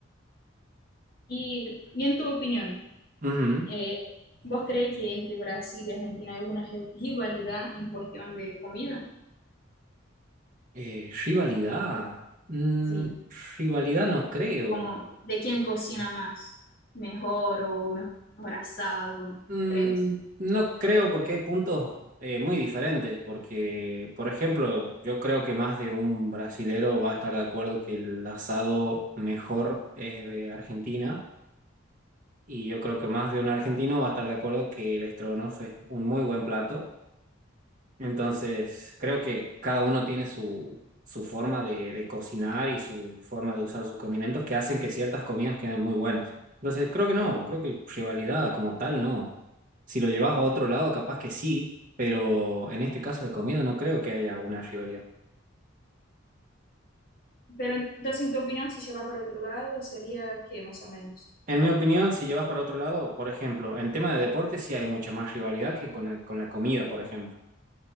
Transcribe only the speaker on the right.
Ujú.
Eh, rivalidad. Mm,
rivalidad no creo.
Mm,
no creo porque hay puntos eh, muy diferentes, porque, por ejemplo, yo creo que más de un brasilero va a estar de acuerdo que el asado mejor es de Argentina y yo creo que más de un argentino va a estar de acuerdo que el estrogonoff es un muy buen plato. Entonces, creo que cada uno tiene su, su forma de, de cocinar y su forma de usar sus condimentos que hacen que ciertas comidas queden muy buenas. Entonces, creo que no, creo que rivalidad como tal no. Si lo llevas a otro lado, capaz que sí, pero en este caso de comida no creo que haya una rivalidad.
En mi opinión, si llevas para otro lado, por ejemplo, en tema de deporte sí hay mucha más rivalidad que con, el- con la comida, por ejemplo.